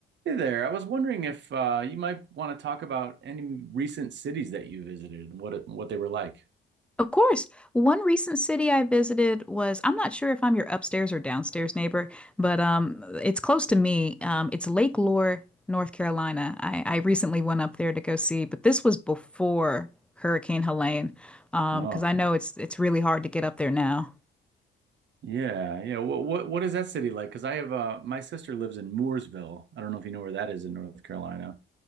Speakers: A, on the right; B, in the centre.
A: Hey there. I was wondering if uh, you might want to talk about any recent cities that you visited and what it, what they were like.
B: Of course. One recent city I visited was, I'm not sure if I'm your upstairs or downstairs neighbor, but um, it's close to me. Um, it's Lake Lore, North Carolina. I, I recently went up there to go see, but this was before Hurricane Helene, um,
A: Oh,
B: because I know it's it's really hard to get up there now.
A: yeah, yeah. What what what is that city like? Because I have uh, my sister lives in Mooresville. I don't know if you know where that is in North Carolina.